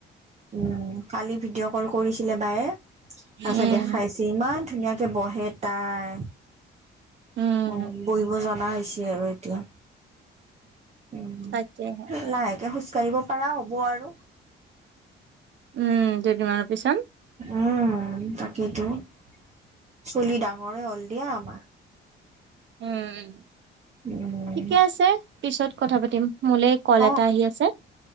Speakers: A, on the right (about 35°); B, on the right (about 65°).
A: উম কালি ভিডিঅ' কল কৰিছিলে বায়ে তাৰপিছত
B: উম
A: দেখাইছে ইমান ধুনীয়াকে বহে তাই,
B: উম
A: অ বহিব জ জনা হৈছে আৰু এতিয়া উম
B: তাকেহে
A: লাহেকে হৈছে। খোজ কাঢ়িব পাৰা হ'ব আৰু।
B: উম দুদিনমানৰ পিছত।
A: উম, তাকেইেতো ছোৱালী ডাঙৰে হল দিয়া আমাৰ।
B: উম উম।
A: উম।
B: ঠিকে আছে পিছত কথা পাতিম মোলৈ কল
A: অ
B: এটা আহি আছে।